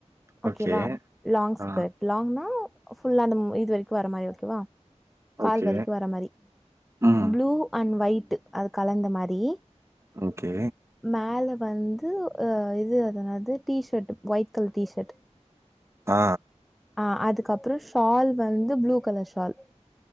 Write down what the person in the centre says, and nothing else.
ஓகேவா
லாங் ஸ்கர்ட்
லாங்னா ஃபுல்லா அந்த இது வரைக்கு வரா மாரி ஓகேவா கால்
வரைக்கு வரா மாரி
ப்ளூ அண்ட் ஒயிட் அது கலந்த மாரி
மேல வந்து ஹ இது அது என்னது T shirt white colour T shirt
அ அதுக்கு அப்றோ ஷால் வந்து ப்ளூ கலர் ஷால்